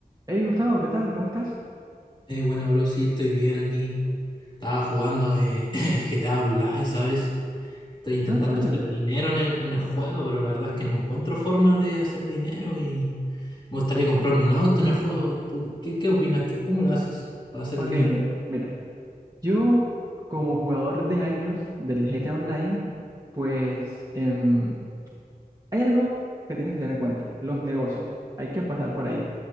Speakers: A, on the right; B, on the left.
A: Hey Gustavo, ¿qué tal? ¿Cómo estás?
B: Eh, bueno, bro, sí, estoy bien aquí. Estaba jugando eh, <laughs> GTA Online, ¿sabes? Estoy intentando
A: Ah, ¿en serio?
B: hacer dinero en el, en el juego, pero la verdad es que no encuentro forma de hacer dinero y me gustaría comprarme un auto en el juego. ¿Tú qué, qué opinas? ¿Qué, cómo lo haces para hacer
A: Ok,
B: dinero?
A: mira, mira. Yo, como jugador de años del GTA Online, pues em, hay algo que tienes que tener en cuenta, los negocios. Hay que pasar por ahí.